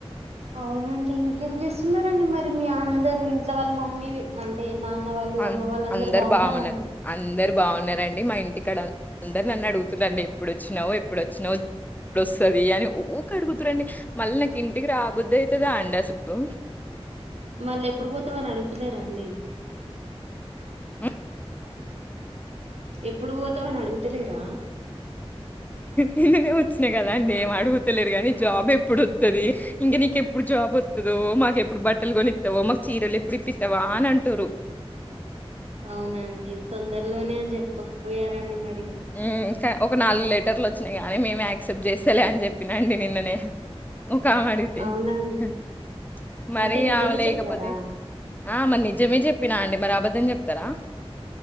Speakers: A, on the right (about 80°); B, on the left (about 15°).
A: అవునండి ఇంకేం జేస్సునారండి మరి మీ అందరు ఇంట్లో వాళ్ళ మమ్మీ అంటే నాన్న వాళ్ళు
B: అన్
A: అమ్మ వాళ్ళు
B: అందరు
A: బాగున్నారండి
B: బావున్నారు అందరు బావున్నారండి మా ఇంటి ఇక్కడ అందరు నన్ను అడుగుతున్నాండి ఎప్పుడు వచ్చినావు ఎప్పుడు వచ్చినావ్ ప్పుడోస్సారి బిర్యానీ ఊకె అడుగుతురండి మళ్ళీ నాకు ఇంటికి రాబుద్ది అయితదా అండి అసలు
A: మళ్ళ ఎప్పుడు వోతవని అడుగుతలేరాండి
B: హ్మ్.
A: ఎప్పుడు వోతావ్ అని అడుగుతలేరా
B: నిన్ననే వచ్చినా కదా అండి ఏం అడుగుతలేరు గానీ జాబ్ ఎప్పుడు వత్తది. ఇంక నీకెప్పుడు జాబ్ వత్తదో మాకు ఎప్పుడు బట్టలు కొనిత్తవో, మాకు చీరలు ఎప్పుడు ఇప్పి త్తవా అని అంటుర్రు.
A: అవునండి తొందరలోనే అని చెప్పకపోయారండి మరి
B: యే ఎ ఇంకా ఒక నాలుగు లెటర్లు వచ్చినాయి గానీ మేమే యాక్సెప్ట్ జేస్తలే అని చెప్పినాండి నిన్ననే ఒక ఆమె అడిగితే
A: అవునండి
B: హ్ మరి
A: అంటే నిజమే
B: ఆమె లేకపోతే
A: చెప్పారా
B: ఆ మరి నిజమే జెప్పినాండి మరి అబద్ధం జెప్తరా